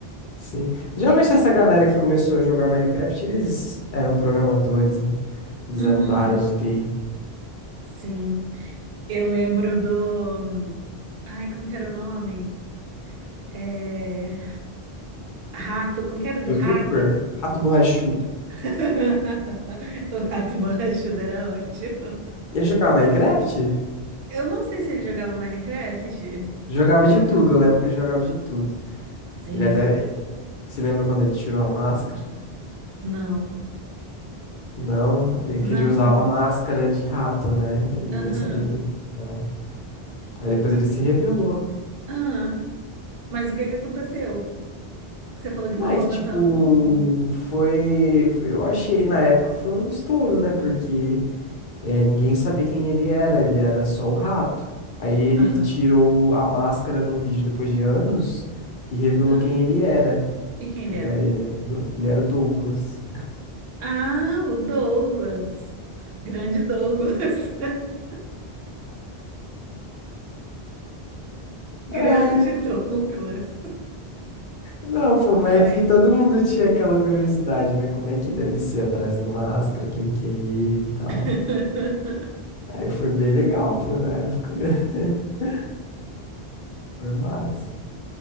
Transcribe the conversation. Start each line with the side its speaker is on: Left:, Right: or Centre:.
Left: sim. Geralmente
Right: E-
Left: essa
Right: e-
Left: galera que começou a jogar Minecraft, eles eram programadores, né? Eles
Right: Uhum,
Left: eram da área de TI.
Right: sim. Eu lembro do. Ai, como que era o nome? É... Rato, como que era o do
Left: YouTuber?
Right: rato?
Left: Rato borrachudo.
Right: <laughs> O rato borrachudo era ótimo.
Left: Ele jogava Minecraft?
Right: Eu não sei se ele jogava Minecraft.
Left: Jogava
Right: Era
Left: de
Right: muito.
Left: tudo,
Right: bom.
Left: eu lembro que ele jogava de tudo.
Right: Sim,
Left: Ele até. Você lembra quando ele tirou a máscara?
Right: não,
Left: Não, ele,
Right: não,
Left: que ele usava máscara de rato, né? Ninguém
Right: aham,
Left: sabia quem que era. né? Aí depois ele se revelou.
Right: aham. Mas o que que aconteceu? Que você falou de
Left: Não,
Right: uma
Left: é
Right: forma
Left: que tipo,
Right: tão.
Left: foi. Eu achei, na época foi um estouro, né? Porque é, ninguém sabia quem ele era, ele era só o rato. Aí ele
Right: Aham,
Left: tirou a máscara num vídeo depois de anos e revelou
Right: ah.
Left: quem ele era.
Right: E quem ele era?
Left: E aí ele, ele era o Douglas.
Right: Ah, o Douglas. Grande Douglas. <laughs> Grande
Left: Ai,
Right: Douglas.
Left: não, pô, mas
Right: Conhe-
Left: é que todo mundo tinha aquela curiosidade, né? Como é que deve ser atrás da máscara, quem que é ele e tal.
Right: <laughs>
Left: Aí foi bem legal, pô, na época. <laughs> Foi massa.